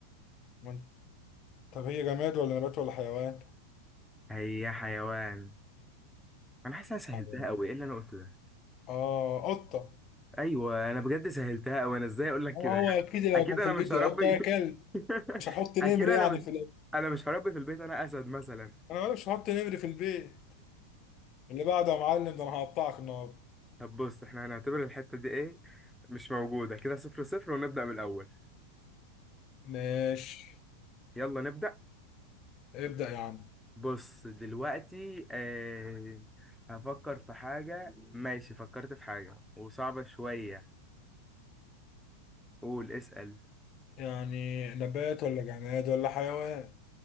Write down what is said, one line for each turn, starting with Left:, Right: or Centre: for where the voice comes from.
Left: ما انت- طب هي جماد ولا نبات ولا حيوان
Centre: هي حيوان انا حاسس انا سهلتها
Left: حيوان
Centre: قوي ايه اللي انا قلته ده
Left: اه قطه
Centre: ايوه انا بجد سهلتها قوي انا ازاي اقول لك
Left: آه،
Centre: كده يعني
Left: هو اكيد لو
Centre: اكيد
Left: يكون في
Centre: انا
Left: البيت
Centre: مش هربي
Left: يا قطه يا كلب
Centre: <laughs>
Left: مش هحط نمر
Centre: اكيد انا
Left: يعني
Centre: مش
Left: في ال...
Centre: انا مش هربي في البيت انا اسد مثلا
Left: انا مالي، مش هحط نمر في البيت اللي بعده يا معلم ده انا هقطعك النهارده
Centre: طب بص احنا هنعتبر الحتة دي ايه مش موجودة كده صفر صفر ونبدأ من الاول
Left: ماشي
Centre: يلا نبدأ
Left: ابدأ يا عم
Centre: بص دلوقتي آه هفكر في حاجة ماشي فكرت في حاجة وصعبة شوية قول اسأل
Left: يعني نبات ولا جماد ولا حيوان